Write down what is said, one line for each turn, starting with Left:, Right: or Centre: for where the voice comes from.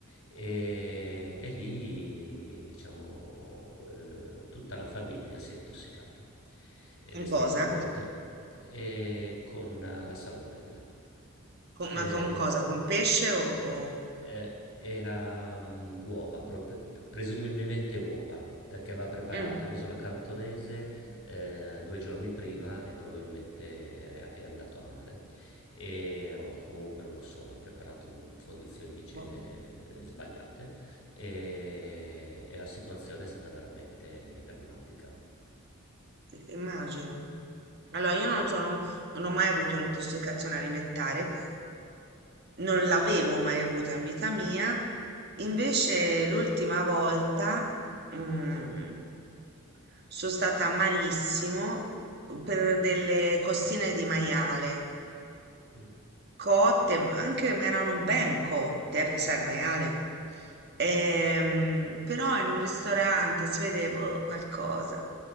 Left: E, e lì, diciamo, eh, tutta la famiglia si è intossicata ed
Right: Con
Left: è stato
Right: cosa?
Left: un momento eh, con eh, la salmonella.
Right: Con-
Left: Eh,
Right: ma con
Left: prob-
Right: cosa? Con pesce o... o-
Left: eh, era mm, uova, pro- pre- presumibilmente uova, perché aveva preparato
Right: Mm,
Left: il riso alla cantonese eh, due giorni prima e probabilmente è, è andato a male. E, o comunque non lo so, l'ha preparato in condizioni di igiene
Right: Boh.
Left: eh, sbagliate e, e la situazione è stata veramente drammatica.
Right: immagino. Allora, io non sono, non ho mai avuto un'intossicazione alimentare, non l'avevo mai avuta in vita mia. Invece, l'ultima volta, mm, sono stata malissimo per delle costine di maiale.
Left: Mm.
Right: cotte, ma anche ma erano ben cotte, eh, perché sai, il maiale. Ehm, però in un ristorante si vede boh, qualcosa.